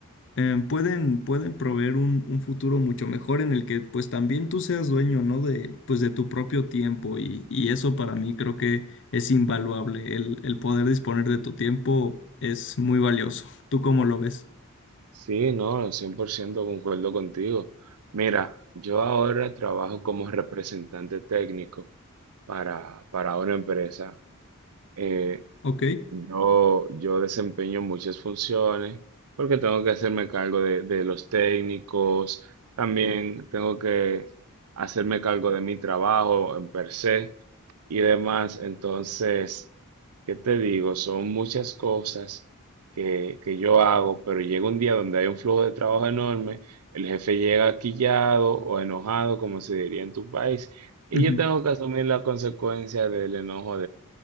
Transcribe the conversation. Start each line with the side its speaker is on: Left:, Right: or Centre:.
Left: em, pueden, pueden proveer un, un futuro mucho mejor en el que pues también tú seas dueño, ¿no? De, pues de tu propio tiempo y, y eso para mí creo que es invaluable. El, el poder disponer de tu tiempo es muy valioso. ¿Tú cómo lo ves?
Right: Sí, no, 100% concuerdo contigo. Mira, yo ahora trabajo como representante técnico para, para una empresa. Eh,
Left: Ok.
Right: Yo, yo desempeño muchas funciones porque tengo que hacerme cargo de, de los técnicos, también tengo que hacerme cargo de mi trabajo en per se y demás. Entonces, ¿qué te digo? Son muchas cosas que, que yo hago, pero llega un día donde hay un flujo de trabajo enorme, el jefe llega quillado o enojado, como se diría en tu país, y
Left: Ujú,
Right: yo tengo que asumir la consecuencia del enojo